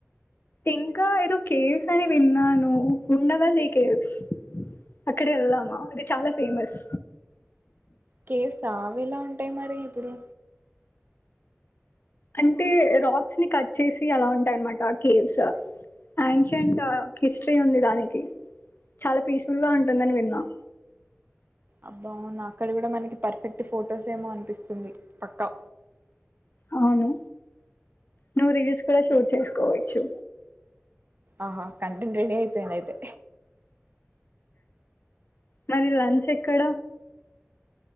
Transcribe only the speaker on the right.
కవ్స్ స అవి ఇలా ఉంటాయి మరి ఇప్పుడు
అబ్బా నా అక్కడ కూడా మనకి పర్ఫెక్ట్ ఫొటోస్ ఏమో అనిపిస్తుంది పక్కా
ఆహా కంటెంట్ రెడి అయిపోయింది అయితే